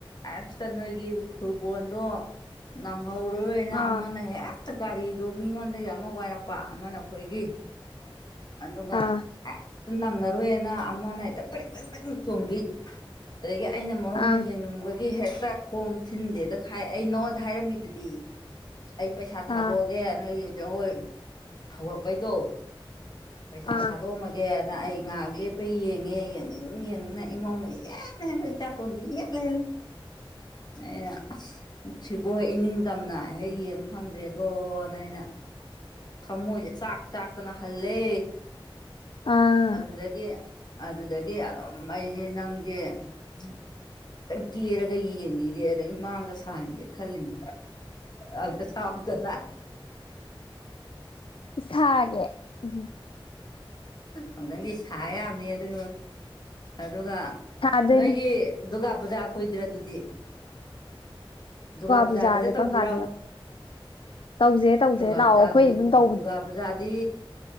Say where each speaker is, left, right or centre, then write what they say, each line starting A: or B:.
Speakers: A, on the left; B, on the left.
A: ꯑꯁꯇ ꯅꯣꯏꯒꯤ ꯐꯨꯠꯕꯣꯜꯗꯣ ꯅꯪ ꯍꯧꯔꯔꯣꯏꯅ
B: ꯑꯥ
A: ꯑꯃꯅ ꯍꯦꯛꯇ ꯒꯥꯔꯤꯗꯣ ꯃꯤꯉꯣꯟꯗꯒꯤ ꯑꯃꯛ ꯋꯥꯏꯔꯛꯄ ꯑꯃꯅ ꯑꯩꯈꯣꯏꯒꯤ ꯑꯗꯨꯒ
B: ꯑꯥ
A: ꯍꯦꯛꯇꯥ ꯅꯪꯅ ꯔꯣꯏꯅ ꯑꯃꯅ ꯍꯦꯛꯇ ꯐꯔꯦꯡ ꯐꯔꯤꯡ ꯐꯔꯤꯡ ꯆꯣꯡꯕꯤ ꯑꯗꯒꯤ ꯑꯩꯅ ꯃꯔꯣꯟꯃ
B: ꯑꯥ
A: ꯌꯦꯡꯅꯤꯡꯕꯒꯤ ꯒꯤ ꯍꯦꯛꯇ ꯈꯣꯡ ꯊꯤꯟꯗꯦꯗ ꯈꯥꯏ ꯑꯩ ꯅꯉꯣꯟꯗ ꯍꯥꯏꯔꯝꯃꯤꯗꯨꯗꯤ ꯑꯩ ꯄꯩꯁꯥ ꯊꯥꯗꯣꯛꯑꯒꯦ
B: ꯑꯥ
A: ꯅꯣꯏꯒꯤ ꯖꯒꯣꯏ ꯍꯧꯔꯛꯄꯩꯗꯣ ꯄꯩꯁꯥ
B: ꯑꯥ
A: ꯊꯥꯗꯣꯛꯑꯝꯃꯒꯦꯅ ꯑꯩ ꯉꯥꯏꯍꯥꯛ ꯂꯦꯞꯄ ꯌꯦꯡꯉꯦ ꯌꯦꯡꯅꯤꯡꯌꯦꯡ ꯅ ꯏꯃꯧꯅ ꯏꯍꯦꯟ ꯍꯦꯟꯂ ꯏꯆꯥꯇꯣꯝꯕꯤ ꯏꯍꯦꯜ ꯍꯦꯜꯂꯤ ꯑꯩꯅ ꯑꯁ ꯁꯤꯕꯣ ꯍꯦꯛ ꯏꯅꯤꯡꯇꯝꯅ ꯍꯦꯛ ꯌꯦꯡꯕ ꯐꯪꯗ꯭ꯔꯦꯗꯣꯅ ꯑꯩꯅ <unintelligible> ꯊꯃꯣꯏꯖꯦ ꯆꯥꯛ ꯇꯥꯛꯇꯅ ꯍꯜꯂꯦ
B: ꯑꯥ
A: ꯑꯗꯨꯗꯒꯤ ꯑꯗꯨꯗꯒꯤ ꯑꯗꯨꯝ ꯑꯩꯖꯦ ꯅꯪꯖꯦ ꯈꯤꯇꯪ ꯀꯦꯔꯒ ꯌꯦꯡꯒꯤꯒꯦꯅ ꯏꯃꯥꯡꯗ ꯁꯥꯍꯟꯒꯦ ꯈꯜꯂꯤꯅꯤ ꯑꯝꯇꯥ ꯁꯥꯎꯗꯅ
B: ꯁꯥꯒꯦ ꯎꯝ
A: ꯑꯃꯨꯛꯇꯪꯗꯤ ꯁꯥ ꯌꯥꯕꯅꯤ ꯑꯗꯨ ꯑꯗꯨꯒ
B: ꯁꯥꯗꯣꯏꯅꯦ
A: ꯅꯣꯏꯒꯤ ꯗꯨꯔꯒꯥ ꯄꯨꯖꯥ ꯀꯨꯏꯗ꯭ꯔ ꯗꯨꯗꯤ ꯗꯨꯔꯒꯥ ꯄꯨꯖꯥꯒꯤꯗ
B: ꯄꯨꯖꯥꯁꯦ
A: ꯇꯧꯖꯤꯔꯣ
B: ꯀꯔꯝ ꯀꯥꯟꯗꯅꯣ ꯇꯧꯁꯦ ꯇꯧꯁꯦ
A: ꯗꯨꯒꯥ
B: ꯂꯥꯛꯑꯣ
A: ꯄꯨꯖꯗꯤ
B: ꯑꯩꯈꯣꯏ ꯑꯗꯨꯝ ꯇꯧꯕꯅꯦ
A: ꯗꯨꯒꯕꯨꯖꯥꯗꯤ